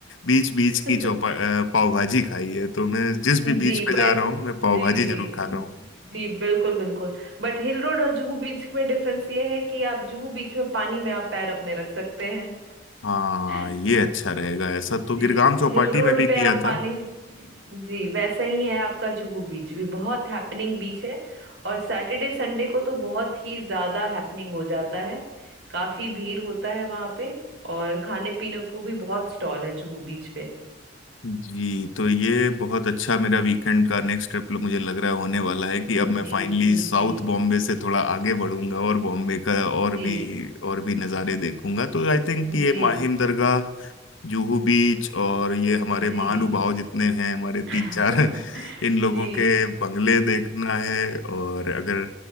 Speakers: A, on the left; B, on the right.
A: बीच बीच की
B: <laughs>
A: चौपा अ, पाव भाजी खाई है तो मैं जिस भी
B: जी
A: बीच
B: बट
A: पे जा रहा हूँ मैं पाव
B: जी
A: भाजी
B: जी
A: जरूर खा रहा हूँ
B: जी बिल्कुल बिल्कुल बट हिल रोड और जुहू बीच में डिफरेंस ये है कि आप जुहू बीच में पानी में आप पैर अपने रख सकते हैं
A: हाँ
B: <laughs>
A: ये अच्छा रहेगा ऐसा
B: जी
A: तो गिरगाम चौपाटी
B: हिल रोड
A: में भी
B: पे
A: किया
B: आप
A: था
B: पानी जी वैसा ही है आपका जुहू बीच भी बहुत हैपनिंग बीच है और सैटरडे संडे को तो बहुत ही ज्यादा हैपनिंग हो जाता है काफी भीड़ होता है वहां पे और खाने पीने को भी बहुत स्टॉल है जुहू बीच पे
A: जी तो ये बहुत अच्छा मेरा वीकेंड का नेक्स्ट ट्रिप मुझे लग रहा है होने वाला है कि अब
B: जी
A: मैं फाइनली
B: जी
A: साउथ
B: जी
A: बॉम्बे से थोड़ा आगे बढ़ूंगा और बॉम्बे का और
B: जी
A: भी और भी नज़ारे देखूंगा तो आई थिंक ये
B: जी
A: माहिम दरगाह जुहू बीच और ये हमारे
B: जी
A: महानुभाव जितने हैं हमारे तीन
B: <laughs>
A: चार <laughs> इन लोगों
B: जी
A: के बंगले देखना है और अगर